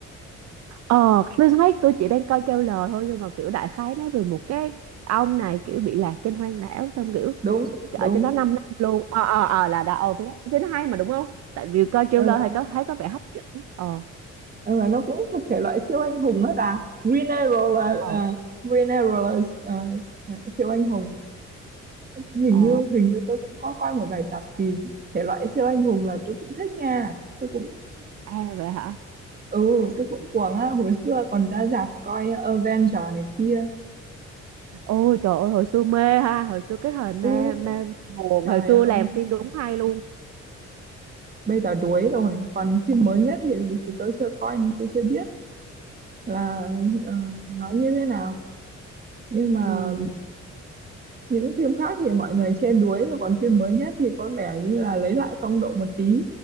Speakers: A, on the right; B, on the right.
A: Ờ, tôi thấy tôi chỉ đang coi trailer thôi nhưng mà kiểu đại khái nói về một cái ông này kiểu bị lạc trên hoang đảo xong kiểu
B: đúng
A: ở
B: đúng
A: trên đó 5 năm luôn. Ờ ờ ờ là đã ờ phía đó. Phía nó hay mà đúng không? Tại vì coi trailer
B: ừ, và
A: thì có thấy có vẻ hấp dẫn. Ờ
B: ừ, và nó cũng thuộc thể loại siêu anh hùng đó bà Green Arrow là là-
A: ờ
B: Green Arrow là ờ, siêu anh hùng hình
A: ờ
B: như hình như tôi cũng có coi một vài tập thì thể loại siêu anh hùng là tôi cũng thích nha tôi cũng
A: à vậy hả?
B: ừ tôi cũng cuồng á hồi xưa còn ra rạp coi Avenger này kia
A: Ôi trời ơi hồi xưa mê ha, hồi xưa cái thời mê
B: Ừ,
A: mê buồn
B: trời
A: hồi xưa
B: ơi,
A: làm phim đúng hay luôn.
B: bây giờ đuối rồi. Còn phim mới nhất thì, thì tôi chưa coi, nên tôi chưa biết là ờ, nó như thế nào. Nhưng mà
A: Ừ.
B: những phim khác thì mọi người chê đuối rồi, còn phim mới nhất thì có vẻ như là lấy lại phong độ một tí.